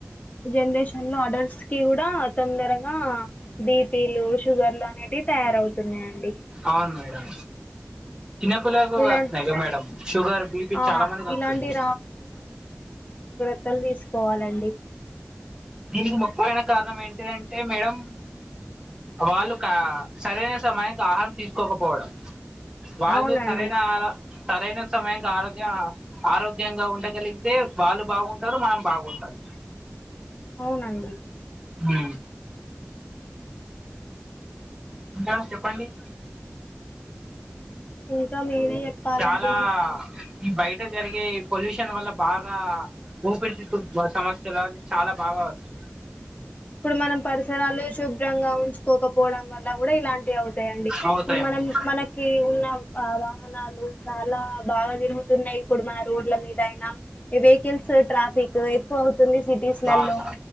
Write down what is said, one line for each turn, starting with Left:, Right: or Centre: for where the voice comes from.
Left: జనరేషన్ లో ఆడళస్కి కూడా తొందరగా బీపిలు, షుగర్లు అనేటివి తయారవుతున్నాయండి.
Right: అవును మేడం. చిన్నపిల్లలకు కూడా
Left: ఇలా
Right: వస్తున్నయి కదా మేడం. షుగర్, బీపి
Left: ఆ
Right: చాలా మందికి వస్తున్నయి.
Left: ఇలాంటివి త్తల్ తీసుకోవాలండి.
Right: దీనికి ముఖ్యమైన కారణం ఏంటిదంటే మేడం వాళ్ళు కా సరైన సమయానికి ఆహారం తీసుకోకపోవడం. వాళ్ళు
Left: అవునండి
Right: సరైన ఆహారం సరైన సమయంకి ఆరోగ్య ఆరోగ్యంగా ఉండగలిగితే వాళ్ళు బాగుంటరు మనం బాగుంటాం.
Left: అవునండి.
Right: హు ఇంకా చెప్పండి.
Left: ఇంకా మిరే చెప్పాలండి.
Right: చాలా ఈ బయట జరిగే పొల్యూషన్ వల్లా బాగా ఊపిరితిత్తుల సమస్యలు అన్ని చాలా బాగా వస్తున్నయి
Left: ఇప్పుడు మనం పరిసరాలు శుభ్రంగా ఉంచుకోకపోవడం వల్లా కూడా ఇలాంటివి అవుతాయండి.
Right: అవుతాయి
Left: ఇప్పుడు మనం
Right: మేడం
Left: మనకి ఉన్న ఆ వాహనాలు చాలా బాగా తిరుగుతున్నయ్. ఇప్పుడు మన రోడ్ల మీద మీదైనా ఇవి కిల్స్ ట్రాఫిక్ ఎక్కువ అవు తుంది కొన్ని సిటీస్లల్లో
Right: బాగా